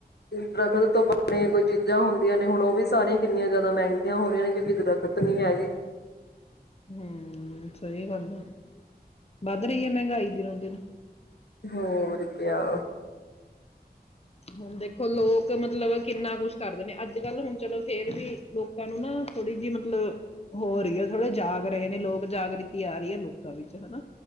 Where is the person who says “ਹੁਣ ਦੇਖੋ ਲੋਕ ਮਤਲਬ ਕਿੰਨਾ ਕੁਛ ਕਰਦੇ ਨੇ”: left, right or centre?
Left